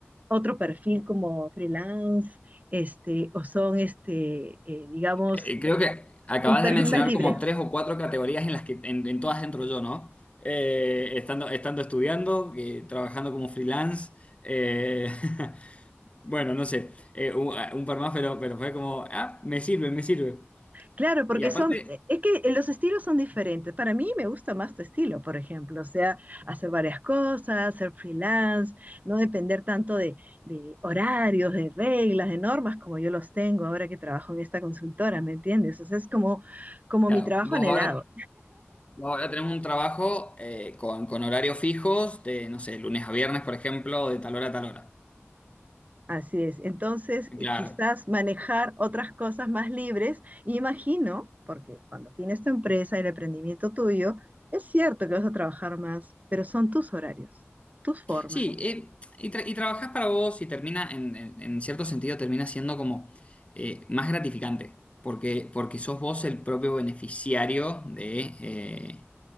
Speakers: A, on the right; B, on the left.
A: otro perfil como freelance, este, o son este, eh, digamos,
B: Eh, Creo
A: eh,
B: que acabas
A: un perfil
B: de mencionar
A: más libre,
B: como tres o cuatro categorías en las que en, en todas entro yo, ¿no? Eh, estando, estando estudiando, eh, trabajando como freelance. eh, <laughs> bueno, no sé, eh, un, ah, un par más, pero, pero fue como, ah, me sirve, me sirve.
A: Claro, porque
B: Y aparte,
A: son, eh, es que eh, los estilos son diferentes. Para mí me gusta más tu estilo, por ejemplo, o sea, hacer varias cosas, ser freelance, no depender tanto de, de horarios, de reglas, de normas como yo los tengo ahora que trabajo en esta consultora, ¿me entiendes? O sea, es como, como
B: claro,
A: mi trabajo
B: vos
A: anhelado.
B: ahora, vos ahora tenés un trabajo eh, con, con horarios fijos, de, no sé, lunes a viernes, por ejemplo, de tal hora a tal hora.
A: Así es. Entonces, y
B: Claro.
A: quizás manejar otras cosas más libres. Y imagino, porque cuando tienes tu empresa, el emprendimiento tuyo, es cierto que vas a trabajar más, pero son tus horarios, tus formas.
B: Sí, eh, y, tra- y trabajas para vos y termina, en, en- en cierto sentido, termina siendo como eh, más gratificante, porque, porque sos vos el propio beneficiario de, eh,